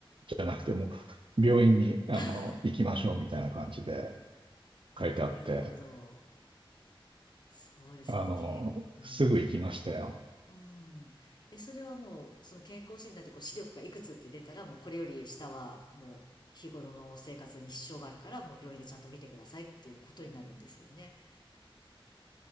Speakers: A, on the right; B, on the left.
A: じゃなくて、もう、病院に、あの、
B: <laughs>
A: 行きましょうみたいな感じで、
B: なるほど。
A: 書いてあって、
B: そうですよね。
A: あの、
B: け、うん。
A: すぐ行きましたよ。
B: うん。え、それはもう、その健康診断でこう視力がいくつって出たら、もうこれより下はもう日頃の生活に支障があるから、もう病院でちゃんと見てくださいっていうことになるんですよね。